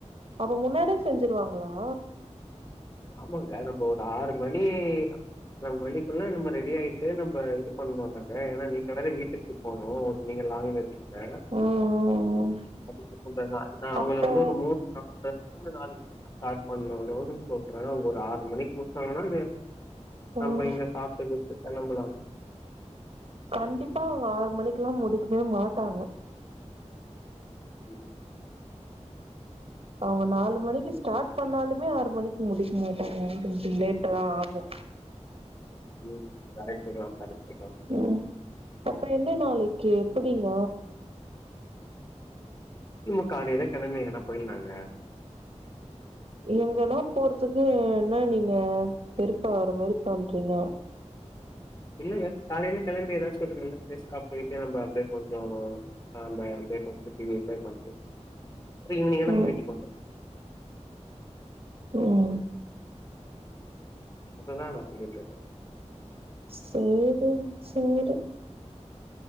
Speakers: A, on the right; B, on the left.
A: அப முன்னாடியே செஞ்சிருவாங்களா
B: ஆமாங்க நம்ப ஒரு ஆறு மணி பண்ணன்ட்ரைகுள்ள நம்ம ரெடி ஆயிட்டு நம்ம இது பண்ணோன்ல்லங்க ஏனா நீங்க யாராது வீட்டுக் போட்ருவோ நீங்க லாங்கு இப்ப
A: ம் ம்
B: அத்யூஸ் பண்டனா அவ்ங்க
A: அப்ப
B: வந்து ஒரு மூணு நாலு மூணு நாளைக்கி மேல நா ஸ்டாட் பண்ணனு <unintelligible> அவ்ங்க ஒரு ஆறு மணிக்கு குடுத்தாங்கனா நம்ம
A: ம்
B: இங்க சாப்ட்டு கீப்டு கெளம்பலாம்
A: கண்டிப்பா அவ்ங்க ஆறு மணிக்கு லா முடிக்வே மாட்டாங்க
B: ம்.
A: அவ்ங்க நாலு மணிக்கு ஸ்டாட் பண்ணாலுமே ஆறு மணிக்கு முடிக்க மாட்டாங்க கொஞ்சோ லேட்டுரா ஆகு
B: <inaudible> ம் கரெக்டுதா கரெக்டுதா
A: ம் அப்பறோ என்ன நாளைக்கி எப்பிடிங்க
B: ம் காலைல கெளம்பி எங்கனா போயிலாங்க
A: எங்கனா போறதுக்கு என்ன நீங்க வெறுப்பாவுற மாரி பண்றீங்க
B: இல்லங்க காலைல கெளம்பி ஏதாச்சு கொஞ்ச நல்ல பிளேஸ்கா பேய்ட்டு நம்ம அப்டியே கொஞ்சொ ஆ ப அப்டியே போய்ட்டு என்ஜாய் பண்ட்டு அப்ரொ ஈவ்னிங்கான நம்ம
A: ம்
B: வீட்டுக் வந்துர்லா
A: ம்
B: அத்ததா நா சொல்லிட் ருக்க
A: சேரி செரி